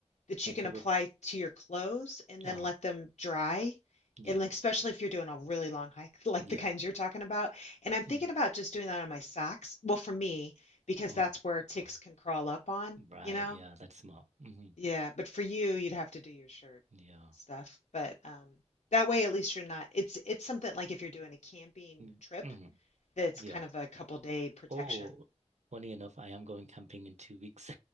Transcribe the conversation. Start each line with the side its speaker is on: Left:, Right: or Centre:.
Left: that
Right: Like
Left: you can
Right: a
Left: apply
Right: rep-
Left: to your clothes and then
Right: uh-huh.
Left: let them dry.
Right: Yeah.
Left: And like, especially if you're doing a really long hike, <laughs> like
Right: Yeah.
Left: the kinds you're talking about. And I'm thinking
Right: Mm.
Left: about just doing that on my socks. Well, for me, because
Right: Oh,
Left: that's where ticks
Right: uh,
Left: can crawl up on,
Right: right.
Left: you know?
Right: Yeah, that's smart. hmm
Left: Yeah. But for you, you'd have to do your shirt
Right: Yeah.
Left: stuff. But um, that way, at least you're not, it's, it's something like if you're doing a camping
Right: Mm-hmm.
Left: trip,
Right: hmm
Left: that's
Right: Yeah.
Left: kind of a couple day protection.
Right: Oh, funny enough, I am going camping in two weeks.